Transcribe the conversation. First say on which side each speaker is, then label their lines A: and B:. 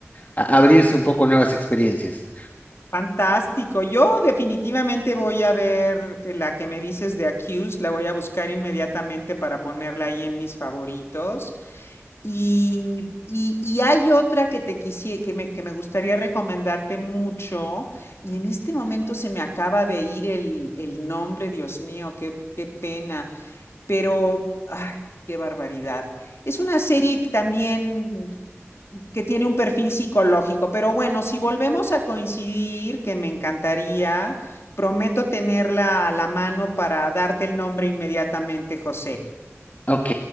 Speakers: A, on the left; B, on the left.
A: a- abrirse un poco a nuevas experiencias.
B: Fantástico. Yo definitivamente voy a ver eh, la que me dices de Accused, la voy a buscar inmediatamente para ponerla ahí en mis favoritos. Y, y- y hay otra que te quisi- que me, que me gustaría recomendarte mucho, y en este momento se me acaba de ir el, el nombre, Dios mío, qué, qué pena, pero ay, qué barbaridad. Es una serie también que tiene un perfil psicológico, pero bueno, si volvemos a coincidir, que me encantaría, prometo tenerla a la mano para darte el nombre inmediatamente, José.
A: Ok,